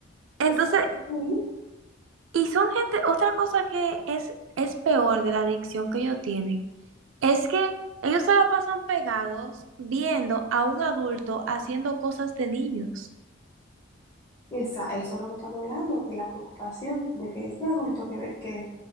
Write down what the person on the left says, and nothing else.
O sea, es increíble.
Esa, eso es lo que estamos hablando, de la preocupación de que este adulto que, ve- que